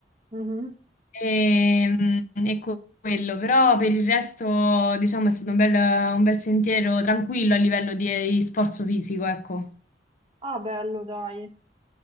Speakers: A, on the right; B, on the left.
A: Mhm.
B: Ehm, ecco quello, però per il resto, diciamo, è stato un bel, un bel sentiero tranquillo a livello di, eh, di sforzo fisico, ecco.
A: Ah, bello, dai.